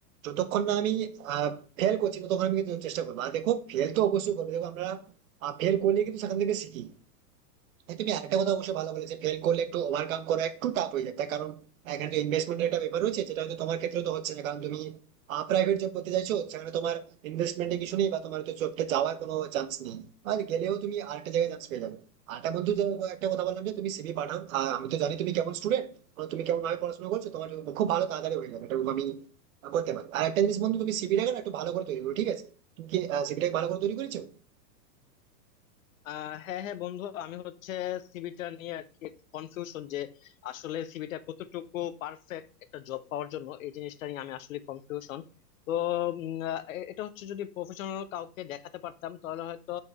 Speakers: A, on the right; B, on the left.
A: যতক্ষণ না আমি ফেল করছি ততক্ষণ আমি কিন্তু চেষ্টা করবো আর দেখো ফেল তো অবশ্যই করবে দেখো আমরা ফেল করলে কিন্তু সেখান থেকে শিখি হ্যাঁ তুমি আরেকটা কথা অবশ্যই ভালো বলেছে ফেল করলে একটু ওভারকাম করা একটু টাফ হয়ে যায় তার কারণ এখানে তো ইনভেস্টমেন্টের একটা ব্যাপার রয়েছে যেটা হয়তো তোমার ক্ষেত্রে তো হচ্ছে না কারণ তুমি প্রাইভেট জব করতে চাইছো সেখানে তোমার ইনভেস্টমেন্টে কিছু নেই বা তোমার তো জবটা যাওয়ার কোনো চান্স নেই আর গেলেও তুমি আরেকটা জায়গায় চান্স পেয়ে যাবে আরেকটা বন্ধু যে- একটা কথা বললাম যে তুমি সিভি পাঠাও আর আমি তো জানি তুমি কেমন স্টুডেন্ট তুমি কেমন ভাবে পড়াশোনা করছো তোমার খুব ভালো তাড়াতাড়ি হয়ে যাবে এটা আমি করতে পারি আর একটা জিনিস বন্ধু তুমি সিভিটাকে না একটু ভালো করে তৈরি করো ঠিক আছে তুমি কি সিভিটাকে ভালো করে তৈরি করেছো
B: আহ হ্যাঁ হ্যাঁ বন্ধু আমি হচ্ছে সিভিটা নিয়ে আর কি কনফিউশন যে আসলে সিভিটা কতটুকু পারফেক্ট একটা জব পাওয়ার জন্য এই জিনিসটা নিয়ে আমি আসলে কনফিউশন তো উম, আহ, এ- এটা হচ্ছে যদি প্রফেশনাল কাউকে দেখাতে পারতাম তাহলে হয়তো